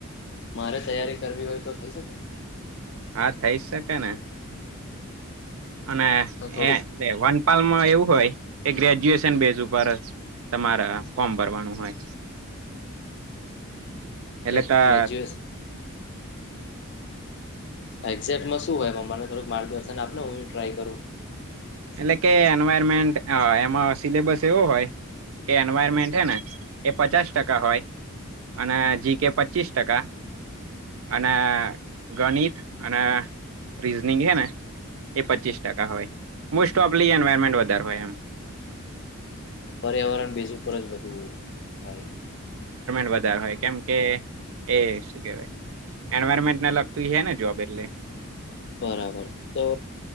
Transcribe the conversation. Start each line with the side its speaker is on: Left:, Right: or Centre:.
Left: મારે તૈયારી કરવી હોય. તો થઈ શકે
Right: હા થઈ શકે ને અને
Left: તો થોડુંક
Right: એ વનપાલ માં એવુ હોય એ ગજ્યુએન બેઝ તમારા ફોર્મ ભરવાનું હોય
Left: એટલે
Right: એલે કા
Left: ગ્રેજ્યુએશન એક્ઝેક્ટમાં શું હોય મને થડું માર્ગદર્શન આપને હું ટ્રાય કરું
Right: એટલે કે એનવાયરમેન્ટ હ એમાં સિલેબસ એવું હોય કે એનવાયરમેન્ટ હેને એ પચાસ ટકા હોય અને જી કે પચીસ ટકા અને ગણિત અને રીઝનિંગ હે ને એ પચીસ ટકા હોય. મોસ્ટ ઓફ લી એન્વાયરમેન્ટ વધારે હોય એમ.
Left: પર્યાવરણ બીજુ પર જ બધું હોય.
Right: બધા હોય કેમકે એ શું કેવાય એન્વાયરમેન્ટને લગતું હે ને જોબ એટલે
Left: બરાબર તો